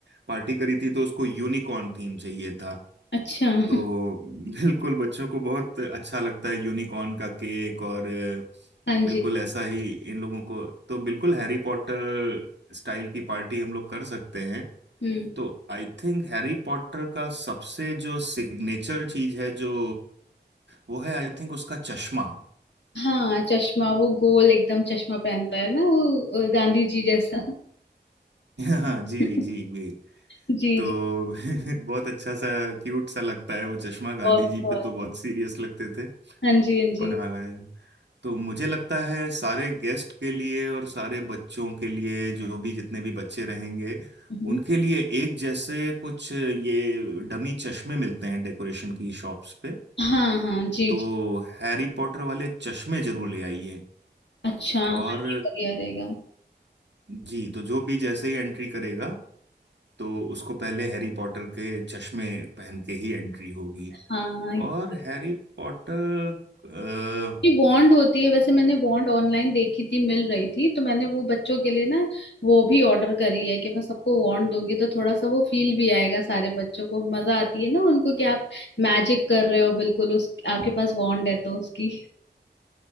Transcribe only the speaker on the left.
अच्छा <laughs>
हाँ
जी
हम्म
हाँ चश्मा वो गोल एकदम चश्मा पहनता है ना वो अ, गांधी जी जैसा
<laughs> जी
जी
बहुत
बहुत
हाँ जी हाँ जी
हम्म।
हाँ हाँ जी
जी
अच्छा हाँ
ये बढ़िया रहेगा
हाँ ये
ये वॉन्ड होती है वैसे मैंने वॉन्ड ऑनलाइन देखी थी मिल रही थी तो मैंने वो बच्चों के लिए ना वो भी ऑर्डर करी है कि मैं सबको वॉन्ड दूंगी तो थोड़ा सा वो फील भी आएगा सारे बच्चों को मजा आती है ना उनको कि आप मैजिक कर रहे हो बिल्कुल उस आपके पास वॉन्ड है तो उसकी